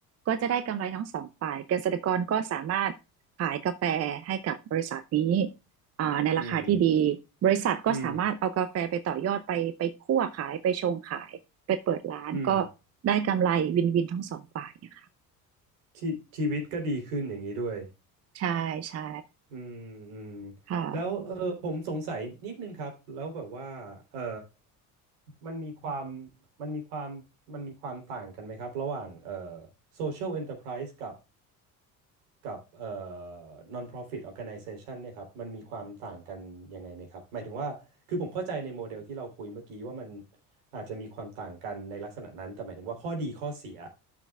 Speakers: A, on the right; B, on the right.
A: ก็จะได้กำไรทั้งสองฝ่ายเกษตรกรก็สามารถขายกาแฟให้กับบริษัทนี้อ่าในราคาที่ดีบริษัทก็สามารถเอากาแฟไปต่อยอดไปไปคั่วขายไปชงขายไปเปิดร้านก็
B: อืม อืม อืม
A: ได้กำไรวินวินทั้งสองฝ่ายนะคะ
B: ชีชีวิตก็ดีขึ้นอย่างนี้ด้วย
A: ใช่ใช่
B: อืมอืม
A: ค่ะ
B: แล้วเออผมสงสัยนิดนึงครับแล้วแบบว่าเออมันมีความมันมีความมันมีความต่างกันไหมครับระหว่างเอ่อ social enterprise กับกับเอ่อ non-profit organization เนี่ยครับมันมีความต่างกันยังไงไหมครับหมายถึงว่าคือผมเข้าใจในโมเดลที่เราคุยเมื่อกี้ว่ามันอาจจะมีความต่างกันในลักษณะนั้นแต่หมายถึงว่าข้อดีข้อเสีย